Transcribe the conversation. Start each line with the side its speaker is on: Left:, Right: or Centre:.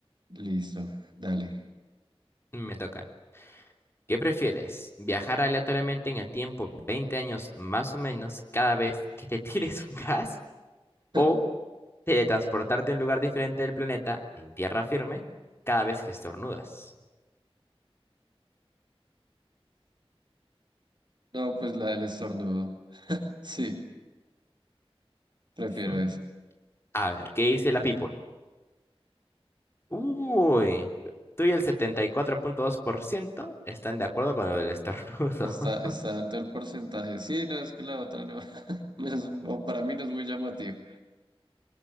Right: Listo, dale.
Left: Me toca. ¿Qué prefieres? ¿Viajar aleatoriamente en el tiempo 20 años más o menos cada vez que te <laughs> tires un gas?
Right: <laughs>
Left: o Teletransportarte a un lugar diferente del planeta, en tierra firme, cada vez que estornudas.
Right: No, pues la del estornudo. Sí, prefiero
Left: <laughs>
Right: esa.
Left: A ver, ¿qué dice la people? Uy, tú y el setenta y cuatro punto dos por ciento están de acuerdo con lo del estornudo.
Right: Está,
Left: <laughs>
Right: está alto el porcentaje. Sí, no, es que la otra no. <laughs> No es- o para mí no es muy llamativo.